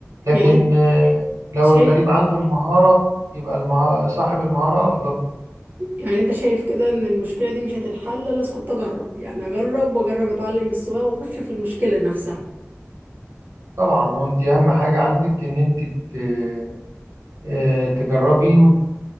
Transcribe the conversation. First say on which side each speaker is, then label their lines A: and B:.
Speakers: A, on the right (about 75°); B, on the right (about 35°).
A: لكن
B: يعني
A: آه، لو
B: شايف
A: الغريب عنده المهارة يبقى المهارة صاحب المهارة أفضل
B: يعني انت شايف كده ان المشكلة دي مش هتتحل الا اسكت اجرب يعني اجرب واجرب اتعلم السواقة واخش في المشكلة نفسها
A: طبعا وأنت أهم حاجة عندك إن أنت ت- آه، تجربي وت-